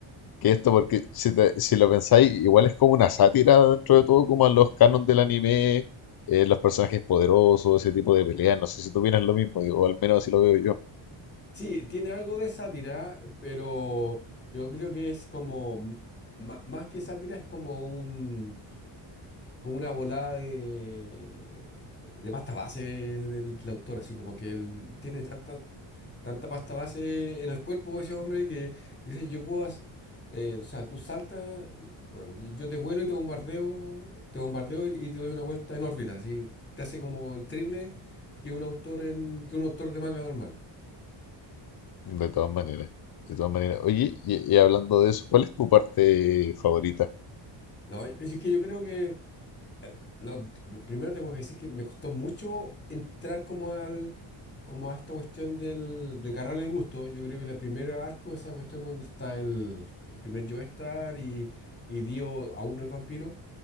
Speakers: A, on the left; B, on the left.
A: ¿Qué es esto? Porque si, te- si lo pensáis, igual es como una sátira dentro de todo, como a los canons del anime, eh, los personajes poderosos, ese tipo de peleas. No sé si tú opinas lo mismo, digo, o al menos así lo veo yo.
B: Sí, tiene algo de sátira, pero yo creo que es como, m- ma- más que sátira, es como un, como una volada de, de pasta base del, del autor, así como que él tiene tanta, tanta pasta base en el cuerpo de ese hombre que dice, yo puedo hacer, o sea, tú saltas, bueno, y yo te vuelo y te bombardeo, te bombardeo y, y te doy una vuelta en órbita, así te hace como el triple que un autor en, que un autor de manga normal.
A: De todas maneras, de todas maneras. Oye, y, y hablando de eso, ¿cuál es tu parte favorita?
B: No, es es que yo creo que, no, t- primero tengo que decir que me costó mucho entrar como al, como a esta cuestión del, de agarrarle el gusto. Yo creo que el primer arco, esa cuestión donde está el, el primer Joestar y, y Dio aún no es vampiro